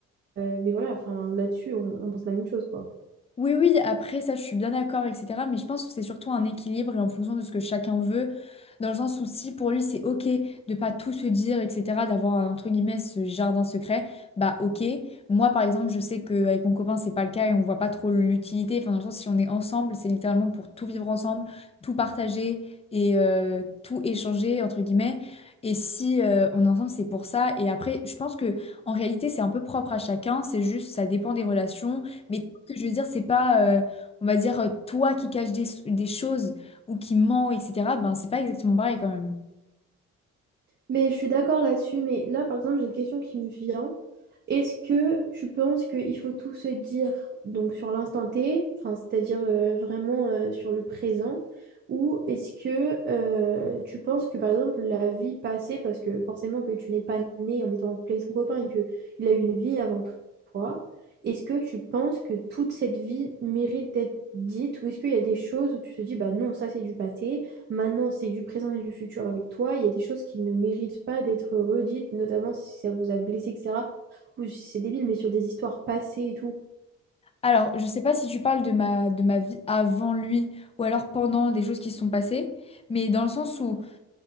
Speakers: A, on the right (about 35°); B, on the left (about 20°).
A: euh, mais voilà, enfin, là-dessus, on, on pense la même chose, quoi.
B: Oui, oui, après ça, je suis bien d'accord, etc. Mais je pense que c'est surtout un équilibre et en fonction de ce que chacun veut, dans le sens où si pour lui c'est ok de pas tout se dire, etc., d'avoir un, entre guillemets ce jardin secret, bah ok. Moi par exemple, je sais qu'avec mon copain c'est pas le cas et on voit pas trop l'utilité. Enfin, dans le sens, si on est ensemble, c'est littéralement pour tout vivre ensemble, tout partager et euh, tout échanger, entre guillemets. Et si euh, on est ensemble, c'est pour ça. Et après, je pense que en réalité, c'est un peu propre à chacun. C'est juste, ça dépend des relations que je veux dire, c'est pas, euh, on va dire, euh, toi qui caches des, des choses ou qui ment, etc. Ben, c'est pas exactement pareil quand même.
A: Mais je suis d'accord là-dessus, mais là, par exemple, j'ai une question qui me vient. Est-ce que tu penses qu'il faut tout se dire donc sur l'instant T, enfin, c'est-à-dire euh, vraiment euh, sur le présent, ou est-ce que euh, tu penses que, par exemple, la vie passée, parce que forcément que tu n'es pas né en étant en couple avec ton copain et qu'il a eu une vie avant toi, est-ce que tu penses que toute cette vie mérite d'être dite, ou est-ce qu'il y a des choses où tu te dis, bah non, ça c'est du passé, Maintenant, c'est du présent et du futur avec toi. Il y a des choses qui ne méritent pas d'être redites, notamment si ça vous a blessé, etc. Ou si c'est débile, mais sur des histoires passées et tout.
B: Alors, je sais pas si tu parles de ma, de ma vie avant lui ou alors pendant des choses qui se sont passées, mais dans le sens où